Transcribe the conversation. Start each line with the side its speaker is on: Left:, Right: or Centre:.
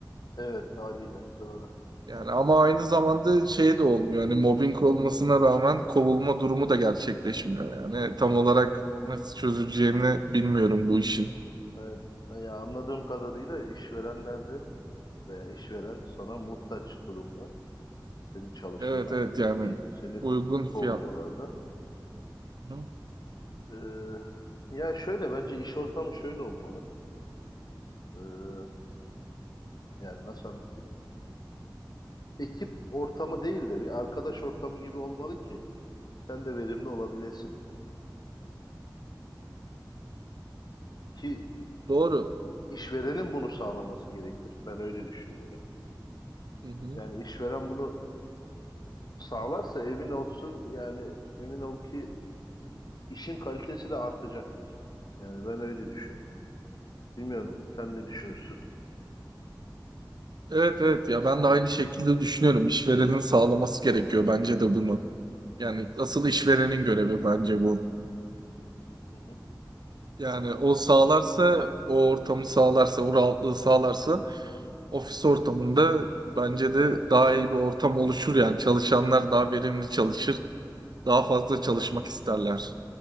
Left: Evet haliyle doğru.
Right: Yani ama aynı zamanda şey de olmuyor. Hani mobbing olmasına rağmen kovulma durumu da gerçekleşmiyor. Yani tam olarak nasıl çözüleceğini bilmiyorum bu işin.
Left: Evet. Ya anladığım kadarıyla işverenler de veya işveren sana muhtaç durumda. senin çalışmana
Right: Evet evet yani
Left: ki seni
Right: uygun fiyatlı.
Left: kovmuyorlardı.
Right: Hı.
Left: Ee, ya şöyle bence iş ortamı şöyle olmalı. Ee, yani nasıl anlatayım? Ekip ortamı değil de bir arkadaş ortamı gibi olmalı ki sen de verimli olabilesin. Yani ki
Right: Doğru.
Left: işverenin bunu sağlaması gerekir. Ben öyle düşünüyorum.
Right: Hı hı.
Left: Yani işveren bunu sağlarsa emin olsun yani emin ol ki işin kalitesi de artacaktır. Yani ben öyle düşünüyorum. Bilmiyorum sen ne düşünürsün?
Right: Evet evet ya ben de aynı şekilde düşünüyorum. İşverenin sağlaması gerekiyor bence de bunu. Yani asıl işverenin
Left: Hı hı,
Right: görevi bence bu.
Left: hı hı.
Right: Yani o sağlarsa, o ortamı sağlarsa, o rahatlığı sağlarsa ofis ortamında bence de
Left: Ee,
Right: daha iyi bir ortam oluşur yani çalışanlar daha verimli çalışır, daha fazla çalışmak isterler.